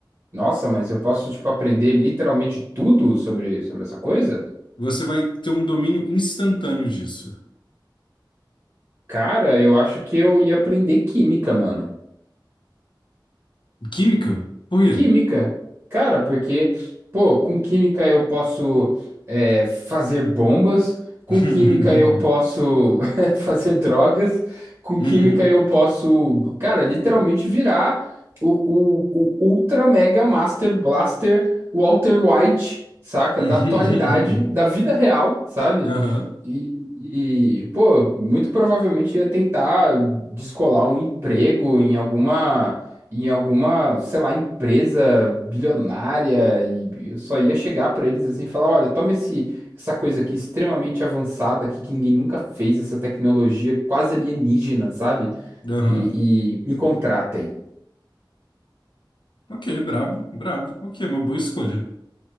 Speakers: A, on the right (about 40°); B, on the left (about 70°).
A: Nossa, mas eu posso, tipo, aprender literalmente tudo sobre, sobre essa coisa?
B: Você vai ter um domínio instantâneo disso.
A: Cara, eu acho que eu ia aprender química, mano.
B: Química? Por quê?
A: Química, cara, porque, pô, com química eu posso é, fazer bombas, com
B: <laughs>
A: química eu posso <laughs> fazer drogas, com
B: Uhum.
A: química eu posso, cara, literalmente virar o, o, o Ultra Mega Master Blaster Walter White, saca?
B: Uhum.
A: Da atualidade, da vida real, sabe?
B: <laughs> Aham,
A: E, e, pô, muito provavelmente ia tentar descolar um emprego em alguma, em alguma, sei lá, empresa bilionária e eu só ia chegar pra eles assim e falar, olha, toma esse, essa coisa aqui extremamente avançada aqui que ninguém nunca fez, essa tecnologia quase alienígena, sabe?
B: aham.
A: E, e me contratem.
B: Ok, brabo, brabo. Ok, uma boa escolha.